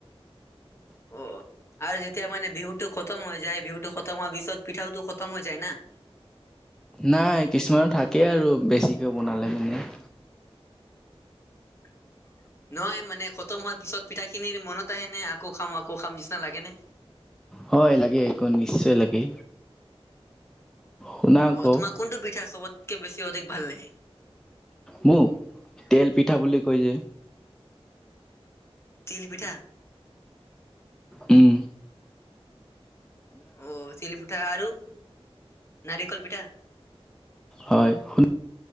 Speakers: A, on the left (about 25°); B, in the centre.
A: অঁ আৰু যেতিয়া মানে বিহুটো খতম হৈ যায়। বিহুটো খতম হোৱাৰ পিছত, পিঠাওটো খতম হৈ যায় না। <inaudible>
B: নাই। কিছুমানত থাকেই আৰু বেছিকে বনালে মানে। <inaudible>
A: বাকি ভাল আও? নহয় মানে, খতম হোৱাৰ পিছত পিঠাখিনিৰ মনত আহেনে? আকৌ খাম, আকৌ খাম নিচিনা লাগে নে?
B: হ'য়, লাগে ক্‌ নিশ্চয় লাগে। শুনা আকৌ
A: অঁ তোমাক কোনটো পিঠা চবতকে বেছি, অধিক ভাল লাগে?
B: মোক? তেল পিঠা বুলি কৈ যে।
A: তিল পিঠা।
B: ওঁ
A: অঁ, তিল পিঠা আৰু নাৰিকল পিঠা।
B: হ'য়, শুত্‌ <unintelligible>